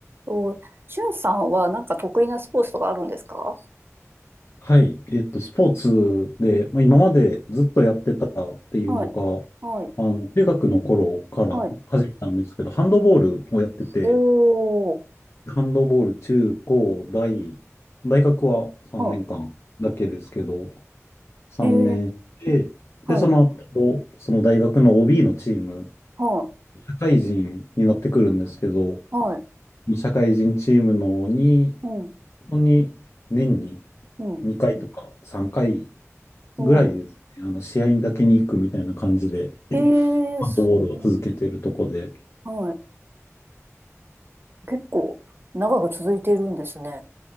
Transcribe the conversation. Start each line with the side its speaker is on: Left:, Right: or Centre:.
Right: と、しゅんさんはなんか得意なスポーツとかあるんですか
Left: はい。えっと、スポーツで、まあ、今までずっとやってたっていうのが、
Right: はい、はい、
Left: あの、中学の頃から始めたんですけど、
Right: はい。
Left: ハンドボールをやってて、
Right: おー、
Left: ハンドボール中高大、大学は3年間だけですけど、
Right: は
Left: 3年で、
Right: い、えー、はい、
Left: で、その後、その大学の OB のチーム、
Right: はい、
Left: 社会人になってくるんですけど、
Right: はい、
Left: 社会人チームのに、
Right: うん、
Left: 本当に年に
Right: うん、
Left: 2回とか3回
Right: うん。
Left: ぐらいですね。あの、試合にだけに行くみたいな感じで、
Right: え
Left: ハンドボールを続けてるとこで。
Right: ー、すごい。はい。結構長く続いているんですね。